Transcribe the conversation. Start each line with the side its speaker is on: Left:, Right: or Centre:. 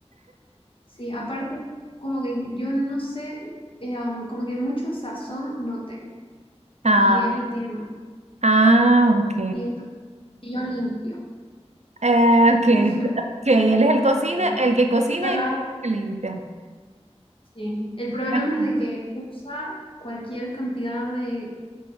Left: Sí, aparte, como que yo no sé, eh, um, como que mucho sazón no tengo.
Right: Ah,
Left: Y él tiene más.
Right: ah, ok.
Left: Y, y yo limpio.
Right: Eh, ok,
Left: <laughs>
Right: ok, él es el cocina,
Left: Sí.
Right: el que cocina
Left: Yo la
Right: y tú el que limpia.
Left: Sí. El problema
Right: <laughs>
Left: es de que usa cualquier cantidad de,